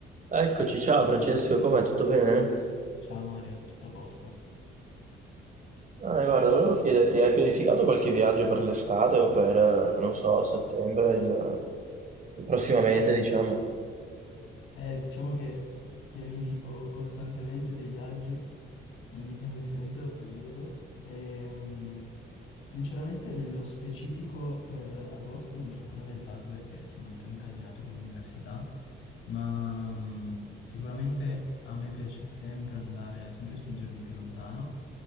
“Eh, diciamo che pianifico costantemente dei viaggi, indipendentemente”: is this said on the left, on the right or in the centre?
Left